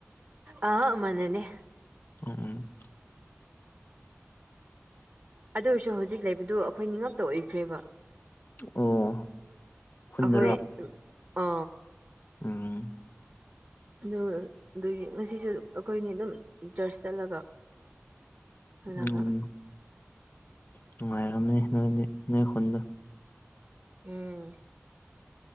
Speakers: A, on the right; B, on the left.
A: ꯑ ꯃꯥꯟꯅꯗꯦ
B: ꯎꯝ ꯎꯝ
A: ꯑꯗꯨꯁꯨ ꯍꯧꯖꯤꯛ ꯂꯩꯕꯗꯨ ꯑꯩꯈꯣꯏ ꯅꯤꯉꯛꯇ ꯑꯣꯏꯈ꯭ꯔꯦꯕ
B: ꯑꯣ ꯈꯨꯟꯗꯔꯣ
A: ꯑꯈꯣꯏ ꯑ
B: ꯎꯝ
A: ꯑꯗꯨꯒ ꯑꯗꯨꯒꯤ ꯉꯁꯤꯁꯨ ꯑꯩꯈꯣꯏꯅꯤ ꯑꯗꯨꯝ ꯆꯔꯆ ꯆꯠꯂꯒ ꯍꯜꯂꯒ
B: ꯎꯝ ꯅꯨꯡꯉꯥꯏꯔꯝꯅꯤ ꯅꯣꯏꯗꯤ ꯅꯣꯏ ꯈꯨꯟꯗꯣ
A: ꯎꯝ